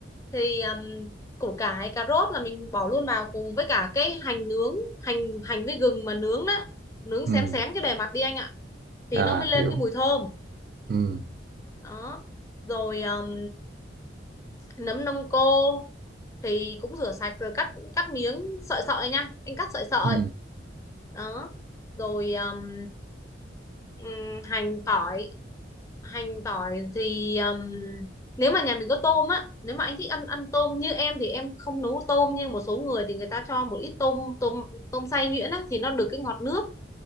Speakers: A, on the left; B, on the right.
A: thì um, củ cải cà rốt là mình bỏ luôn vào cùng với cả cái hành nướng hành hành với gừng mà nướng đó nướng
B: ừ
A: xém xém cái bề mặt đi anh ạ thì
B: à
A: nó mới lên
B: hiểu
A: cái mùi thơm
B: ừ
A: đó rồi um, nấm đông cô thì cũng rửa sạch rồi cắt cắt miếng sợi sợi nha anh cắt sợi sợi
B: ừ
A: đó rồi um, ừm, hành tỏi hành tỏi thì um, nếu mà nhà mình có tôm á nếu mà anh thích ăn ăn tôm như em thì em không nấu tôm nhưng một số người thì người ta cho một ít tôm tôm tôm xay nhuyễn á thì nó được cái ngọt nước